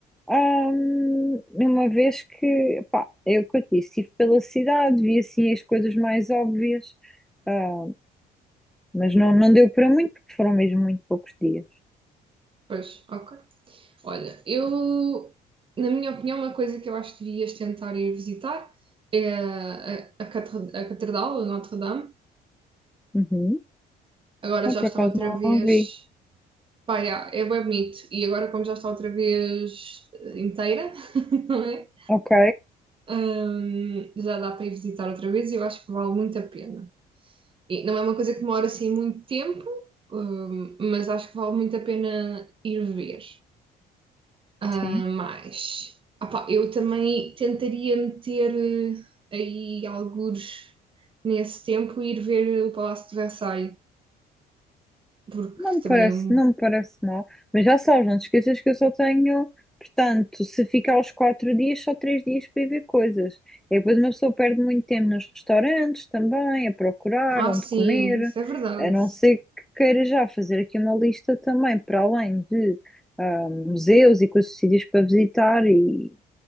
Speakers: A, in the centre; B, on the right.
A: Ahm, uma vez que, pá, é o que eu te disse, estive pela cidade, vi assim as coisas mais óbvias. Ah, Mas não, não deu para muito, porque foram mesmo muito poucos dias.
B: Pois, ok. Olha, eu, na minha opinião, uma coisa que eu acho que devias tentar ir visitar é a, a, catre- a Catedral de Notre-Dame.
A: Uhum.
B: Agora
A: Ah,
B: já
A: por
B: está
A: acaso
B: outra
A: não,
B: vez.
A: não vi.
B: Pá, yeah, é bem bonito. E agora, como já está outra vez eh, inteira, <laughs> não é?
A: Ok,
B: Hum, já dá para ir visitar outra vez e eu acho que vale muito a pena. E não é uma coisa que demora assim muito tempo, hum, mas acho que vale muito a pena ir ver. Ah,
A: sim.
B: mas opá, eu também tentaria meter eh, aí algures nesse tempo e ir ver o Palácio de Versailles, porque
A: Não me
B: também
A: parece,
B: é um.
A: não me parece mal. Mas já sabes, não te esqueças que eu só tenho. Portanto, se ficar os quatro dias, só três dias para ir ver coisas. E depois uma pessoa perde muito tempo nos restaurantes também, a procurar
B: Ah,
A: onde
B: sim,
A: comer.
B: isso é verdade.
A: A não ser que queira já fazer aqui uma lista também, para além de ah, museus e coisas, sítios para visitar e